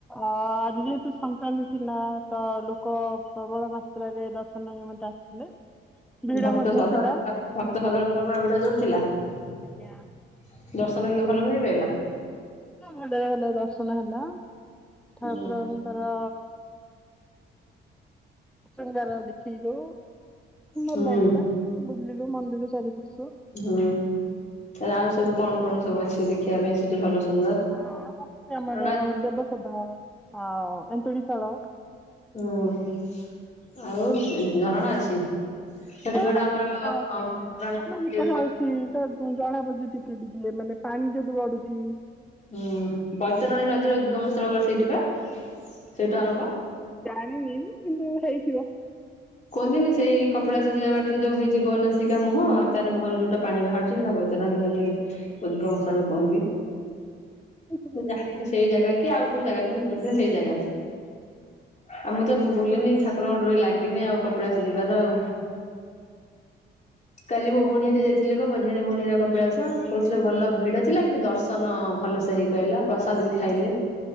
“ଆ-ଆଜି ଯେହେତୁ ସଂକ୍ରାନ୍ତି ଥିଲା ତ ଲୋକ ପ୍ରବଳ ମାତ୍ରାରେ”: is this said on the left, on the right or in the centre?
Centre